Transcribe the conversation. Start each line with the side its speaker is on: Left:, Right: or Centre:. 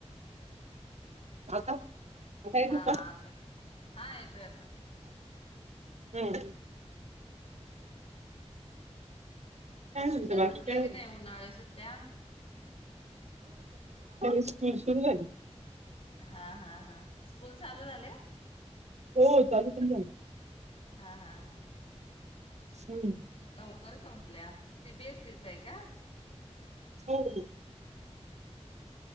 Right: आता. आता येतो
Left: हा
Right: का
Left: आता हा येतो येतो.
Right: हम्म.
Left: <inaudible>
Right: काय
Left: सुट्ट्या
Right: म्हनत बाकी
Left: संपल्या
Right: काय
Left: की
Right: नाही.
Left: उन्हाळी सुट्ट्या
Right: चांगल हाय.
Left: हा हा हा स्कूल चालू झाले
Right: हो चालू केली नाही.
Left: हा हा हा
Right: हम्म
Left: लवकर संपल्या सी बीएसी. तेच आहे का.
Right: हो.